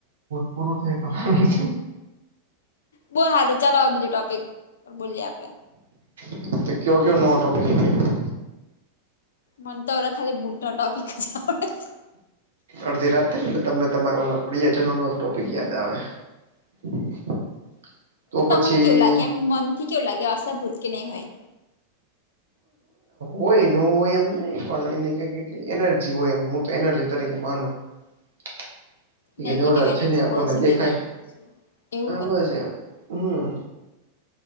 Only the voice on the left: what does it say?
બો હા તો ચાલો હ બીજું ટોપિક બોલીએ આપડે.
મન તો ખાલી બુટ નો ટોપિક જ આવડે. છે
તમને
કવું લાગે મનથી કવું લાગે હશે ભૂત કે નહીં હોય.
નેગેટિવ
એનર્જી
પોઝિટિવ
એનર્જી એવું
હોય